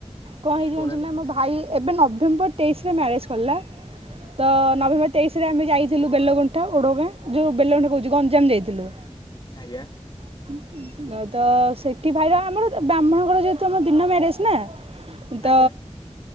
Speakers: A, on the right; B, on the left.
A: କଣ ହେଇଚି
B: କହୁନାହାନ୍ତି
A: ଜାଣିଛନ୍ତି ନା ମୋ ଭାଇ ଏବେ ନଭେମ୍ବର ତେଇଶିି ରେ ମ୍ୟାରେଜ୍ କଲା। ତ
B: ଆଜ୍ଞା
A: ନଭେମ୍ବର ତେଇଶିି ରେ ଆମେ ଯାଇଥିଲୁ ବେଲଗଣ୍ଠା ଓଡଗାଁ ଯୋଉ ବେଲଗଣ୍ଠା କହୁଚି ଗଞ୍ଜାମ ଯାଇଥିଲୁ।
B: ଆଜ୍ଞା।
A: <unintelligible> ତ ସେଇଠି ଭାଇର ଆମର ବ୍ରାହ୍ମଣଘର ଯେହେତୁ ଆମ ଦିନ ମ୍ୟାରେଜ ନା। ତ
B: ଆଜ୍ଞା। ଆଜ୍ଞା